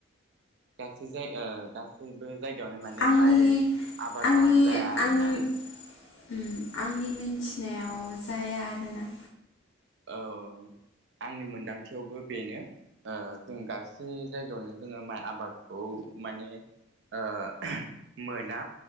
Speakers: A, on the right; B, on the left.
A: गासै जाय ओ गासैबो जायगायावनो माने
B: आंनि
A: माइ आबाद
B: आंनि
A: मावनाय जाया आरोना?
B: आंनि उम आंनि मिन्थिनायाव जाया आरोना?
A: औ आंनि मोनदांथियावबो बेनो ओ जों गास सै जायगायावनो जोङो माइ आबादखौ माने ओ मोना